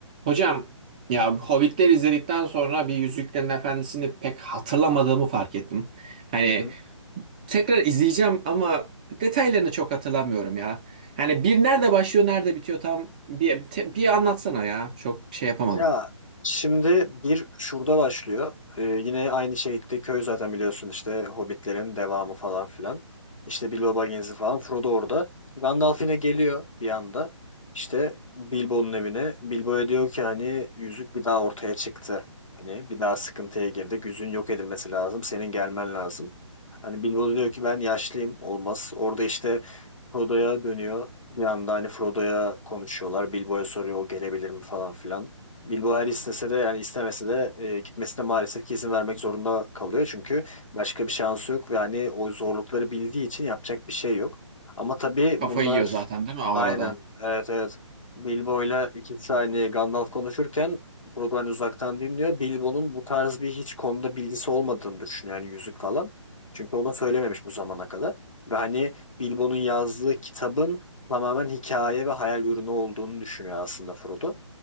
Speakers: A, on the right (about 15°); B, on the left (about 80°).
A: Hocam ya Hobbitleri izledikten sonra bir Yüzüklerin Efendisi'ni pek hatırlamadığımı fark ettim. Hani
B: Hı hı.
A: tekrar izleyeceğim ama detaylarını çok hatırlamıyorum ya. Yani bir nerede başlıyor nerede bitiyor tam bir, te- bir anlatsana ya. Çok şey yapamadım.
B: Ya şimdi bir şurada başlıyor. Ee, yine aynı şekilde köy zaten biliyorsun işte Hobbitlerin devamı falan filan. İşte Bilbo Baggins'i falan Frodo orada. Gandalf yine geliyor bir anda. İşte Bilbo'nun evine. Bilbo'ya diyor ki hani yüzük bir daha ortaya çıktı. Hani bir daha sıkıntıya girdik. Yüzüğün yok edilmesi lazım. Senin gelmen lazım. Hani Bilbo da diyor ki ben yaşlıyım olmaz. Orada işte Frodo'ya dönüyor. Bir anda hani Frodo'ya konuşuyorlar. Bilbo'ya soruyor o gelebilir mi falan filan. Bilbao her istese de yani istemese de e, gitmesine maalesef ki izin vermek zorunda kalıyor. Çünkü başka bir şansı yok ve hani o zorlukları bildiği için yapacak bir şey yok. Ama tabii bunlar
A: Kafayı yiyor zaten değil mi o
B: aynen
A: arada?
B: evet evet Bilbo'yla iki saniye Gandalf konuşurken Frodo hani uzaktan dinliyor. Bilbo'nun bu tarz bir hiç konuda bilgisi olmadığını düşünüyor yani yüzük falan. Çünkü ona söylememiş bu zamana kadar. Ve hani Bilbo'nun yazdığı kitabın tamamen hikaye ve hayal ürünü olduğunu düşünüyor aslında Frodo.